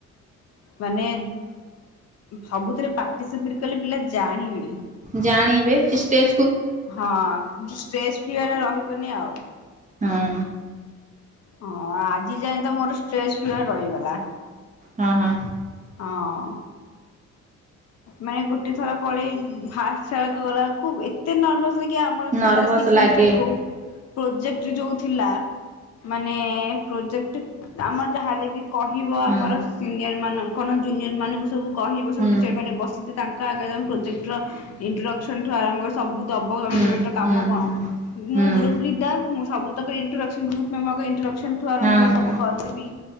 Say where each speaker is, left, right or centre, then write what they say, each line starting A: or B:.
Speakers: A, on the left (about 55°); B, on the right (about 25°).
A: ମାନେ ସବୁଥିରେ ପାର୍ଟିସିପେଟ କଲେ ପିଲା ଜାଣିବେ।
B: ଜାଣିବେ ଚିଷ୍ଟେ
A: ହଁ ଷ୍ଟ୍ରେସ୍ ଫି ହେଲା ରହିବନି ଆଉ।
B: ହଁ
A: ହଁ ଆଜି ଯାଇଏ ତ ମୋର ଷ୍ଟ୍ରେସ୍ ଫି ରହିଗଲା।
B: ହଁ ହଁ।
A: ହଁ। ମାନେ ଗୋଟେ ଥର ପଳେଇ ଫାଷ୍ଟ ଥରକୁ ଗଲା ବେଳକୁ ଏତେ ନର୍ଭସ ଆମର ଥିଲା୍
B: ନର୍ଭସ
A: ସିକ୍ସ
B: ଲାଗେ
A: ସେମିଷ୍ଟାରକୁ ପ୍ରୋଜେକ୍ଟ୍ରି ଯୋଉ ଥିଲା, ମାନେ ପ୍ରୋଜେକ୍ଟ ଆମର ଯାହାଲେ ବି କହିବ ଆମର
B: ହଁ
A: ସିନିୟର ମାନଙ୍କ କଣ ଜୁନିୟର ମାନଙ୍କୁ ସବୁ କହିବ ସବୁ
B: ହୁଁ
A: ଟିଚର ମାନେ ବସିଛି ତାଙ୍କ ଆଗରେ ଆମ ପ୍ରୋଜେକ୍ଟର ଇଣ୍ଟ୍ରୋଡକ୍ସନ୍ଠୁ ଆରମ୍ଭ କରି ସ ସବୁ ଦବ, ଆଉ
B: ହୁଁ
A: ପ୍ରୋଜେକ୍ଟ ର କାମ
B: ହୁଁ ହୁଁ
A: କଣ,
B: ହୁଁ
A: ମୁଁ
B: ହୁଁ
A: ଗ୍ରୁପ ଲିଡର ମୁଁ ସବୁ ତକ ଇଣ୍ଟ୍ରୋଡକ୍ସନ ଗ୍ରୁପ ମ ଣ୍ଟ୍ରୋଡକ୍ସନ ଠୁ ଆରମ୍ଭ
B: ହଁ
A: କ ସବୁ
B: ହଁ
A: କରିଦେବି।